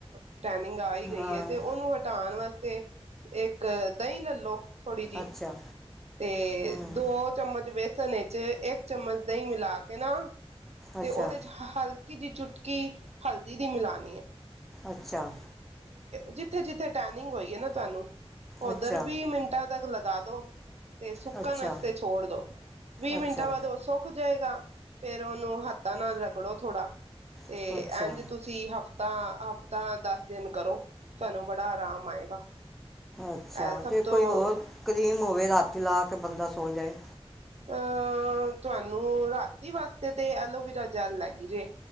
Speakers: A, on the right; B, in the centre.
A: ੳ ਟ੍ਰੈਨਿੰਗ ਆ ਹੀ ਗਈ
B: ਹਾਂ
A: ਹੈ ਤੇ ਘਟਾਉਣ ਵਾਸਤੇ ਇੱਕ ਦਹੀਂ ਲੈਲੋ। ਥੋੜ੍ਹੀ ਜਿਹੀ
B: ਅੱਛਾ
A: ਤੇ
B: ਹੂੰ
A: ਦੋ ਚਮਚ ਬੇਸਣ ਵਿੱਚ ਇੱਕ ਚਮਚ ਦਹੀਂ ਮਿਲਾ ਕੇ ਨਾ ਤੇ
B: ਅੱਛਾ
A: ਉਹਦੇ 'ਚ ਹਲ ਨਿਕੀ ਜਹੀ ਚੁਟਕੀ ਹਲਦੀ ਦੀ ਮਿਲਉਣੀ ਹੈ
B: ਅੱਛਾ
A: ਜਿੱਥੇ ਜਿੱਥੇ ਟੈਨਿੰਗ ਹੋਈ ਹੈ ਨਾ ਤੁਹਾਨੂੰ ਉਧਰ
B: ਅੱਛਾ
A: ਵੀ ਮਿੰਟਾਂ ਤੱਕ ਲੱਗ ਦਾਦੋ ਤੇ ਸੁੱਕਣ
B: ਅੱਛਾ
A: ਵਾਸਤੇ ਛੋੜ ਦੋ ਵੀਹ
B: ਅੱਛਾ
A: ਮਿੰਟਾਂ ਬਾਅਦ ਉਹ ਸੁੱਕ ਜਾਏਗਾ ਫੇਰ ਉਹ ਨੂੰ ਹੱਥਾਂ ਨਾਲ ਰਗੜੋ ਥੋੜਾ ਤੇ
B: ਅੱਛਾ
A: ਐੱਝ ਤੁਸੀਂ ਹਫ ਤਾਂ ਹਫਤਾ ਦੱਸ ਦਿਨ ਕਰੋ ਤੁਹਾਨੂੰ ਬੜਾ ਆਰਾਮ ਆਏਗਾ
B: ਅੱਛਾ
A: ਇਹ ਸਭ
B: ਤੇ
A: ਤੋਂ
B: ਕੋਈ ਹੋਰ ਕਰੀਮ ਹੋਵੇ ਰਾਤੀ ਲਾ ਕੇ ਤੇ ਬੰਦਾ ਸੌ ਜਾਏ
A: ਅਹ ਤੁਹਾਨੂੰ ਰਾਤੀ ਵਾਸਤੇ ਤੇ ਐਲੋਵਰਾ ਜੈਲ ਲੈਗੀ ਜੇ